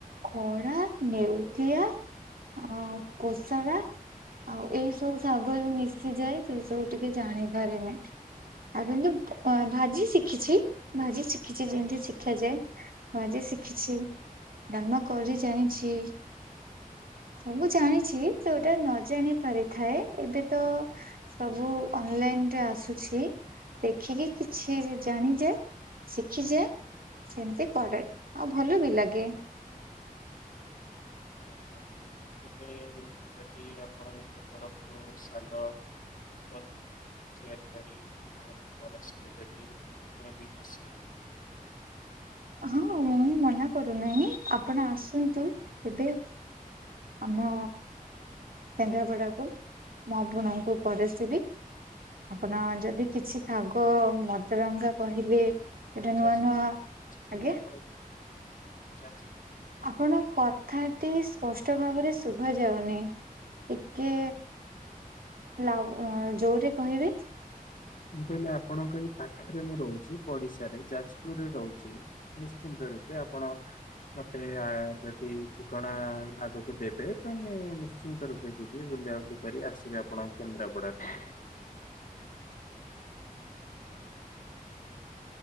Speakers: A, on the right; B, on the left.
A: ଖଡା ନେଉଟିଆ ଆଉ କୋଷଳା ଆଉ ଏଇ ସବୁ ଶାଗ ଯୋଉ ମିଶିଯାଏ ସେ ସବୁ ଟିକେ ଜାଣିପାରେ ନାହିଁ। ଆଗୁରୁ ଯୋଉ ଫ-ଭାଜି ଶିଖିଛି ଭାଜି ଶିଖିଛି ଯେମିତି ଶି ଦେଖେ ଯାଏ ଭାଜି ଶିଖିଛି ଡ଼ାଲମା କରି ଜାଣିଛି। ସବୁ ଜାଣିଛି ଯୋଉଟା ନ ଜାଣି ପାରିଥାଏ ଏବେ ତ ସବୁ ଅନଲାଇନ ରେ ଆସୁଛି ଦେଖିକି କିଛି ଜାଣିଯାଏ। ଶିଖିଯାଏ। ସେମିତି କରେ ଆଉ ଭଲ ବି ଲାଗେ।
B: ଆଜ୍ଞା କେବେ ଯଦି ଆପଣଙ୍କ ତରଫରୁ ଶାଗ <unintelligible> ତିଆରି କରି ଆମକୁ ପରସିବେ ଯଦି ଆମେ ବି ଖୁସି ହେବୁ?
A: ହଁ ମୁଁ ମନା କରୁନାହିଁ ଆପଣ ଆସନ୍ତୁ କେବେ? ଆମ କେନ୍ଦ୍ରାପଡାକୁ। ମୁଁ ଆପଣଙ୍କୁ ପରସିବି ଆପଣ ଯଦି କିଛି ଶାଗ ମଦରଙ୍ଗା କହିଲେ ସେଟା
B: ଯାଜପୁରରେ
A: ନୂଆ ନୂଆ, ଆଜ୍ଞା
B: ଆପଣଙ୍କ ପାଖରେ ଯ
A: ଆପଣ କଥାଟି ସ୍ପଷ୍ଟ ଭାବରେ ଶୁଭା ଯାଉନି ଟିକେ ଲାଗୁ ଯୋରେ କହିବେ?
B: ମୁଁ କହିଲି ଆପଣଙ୍କ ଏଇ ପାଖରେ ମୁଁ ରହୁଛି ପଡିଶାରେ ଯାଜପୁରରେ ରହୁଛି। ନିଶ୍ଚିନ୍ତ ରୂପେ ଆପଣ ମତେ ଯଦି ଠିକଣା ଆଗକୁ ଦେବେ ତ ମୁଁ ନିଶ୍ଚିତ୍ ରୂପେ ଯିବି ବୁଲାବୁଲି କରି ଆସିବେ ଆପଣଙ୍କ କେନ୍ଦ୍ରାପଡାରେ?